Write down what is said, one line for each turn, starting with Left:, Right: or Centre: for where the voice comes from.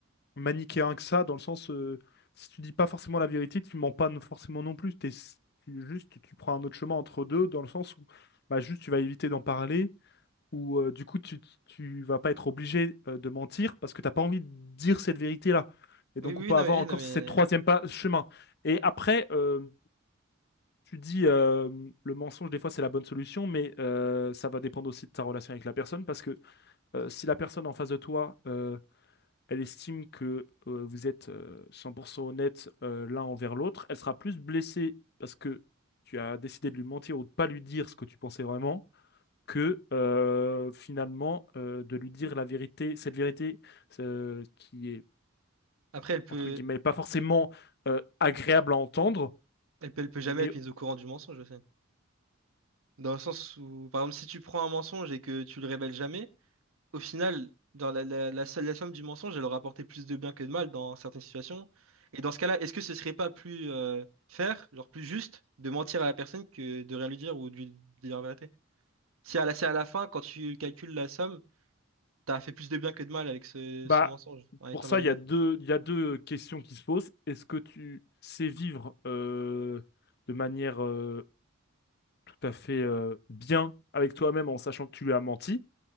Left: manichéen que ça, dans le sens, euh, si tu dis pas forcément la vérité, tu mens pas non- forcément non plus. T'es, tu- juste, tu prends un autre chemin entre deux, dans le sens où bah, juste, tu vas éviter d'en parler où euh, du coup tu, tu vas pas être obligé euh, de mentir parce que t'as pas envie de dire cette vérité-là. Et
Right: Oui,
Left: donc
Right: oui,
Left: on peut
Right: non,
Left: avoir
Right: mais,
Left: encore
Right: oui, non, mais...
Left: cette troisième pas, chemin. Et après, euh, tu dis euh, le mensonge, des fois c'est la bonne solution, mais euh, ça va dépendre aussi de ta relation avec la personne parce que euh, si la personne en face de toi, euh, elle estime que euh, vous êtes euh, 100% honnête euh, l'un envers l'autre, elle sera plus blessée parce que tu as décidé de lui mentir ou de pas lui dire ce que tu pensais vraiment que euh, finalement euh, de lui dire la vérité, cette vérité euh, qui est
Right: Après, elle peut,
Left: entre guillemets pas forcément euh, agréable à entendre,
Right: elle peut, elle peut jamais
Left: mais
Right: être mise au courant du mensonge, je sais. Dans le sens où, par exemple, si tu prends un mensonge et que tu le révèles jamais, au final, dans la, la, la, seule- la somme du mensonge, elle aura apporté plus de bien que de mal dans certaines situations. Et dans ce cas-là, est-ce que ce serait pas plus euh, faire, genre plus juste, de mentir à la personne que de rien lui dire ou de lui dire la vérité? Si à la, si à la fin, quand tu calcules la somme, t'as fait plus de bien que de mal avec ce,
Left: bah
Right: ce mensonge, en étant
Left: pour ça
Right: malhonnête.
Left: il y a deux il y a deux questions qui se posent. Est-ce que tu sais vivre euh, de manière euh, tout à fait euh, bien avec toi-même en sachant que tu lui as menti?